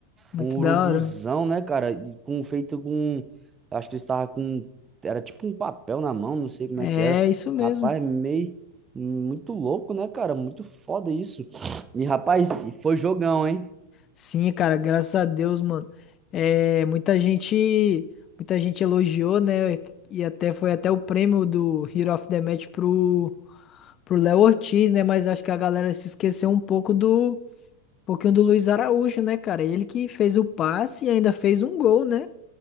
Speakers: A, on the left; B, on the right.
A: muito
B: Um urubuzão,
A: da hora.
B: né, cara? E Com feito com. Acho que ele estava com. Era tipo um papel na mão, não sei como
A: É
B: é que era.
A: isso mesmo.
B: Rapaz, meio. Muito louco, né, cara? Muito foda isso. E, rapaz, e foi jogão, hein?
A: Sim, cara, graças a Deus, mano. É, muita gente, muita gente elogiou, né? E até foi até o prêmio do Hero of the Match pro pro Léo Ortiz, né? Mas acho que a galera se esqueceu um pouco do um pouquinho do Luiz Araújo, né, cara? Ele que fez o passe e ainda fez um gol, né?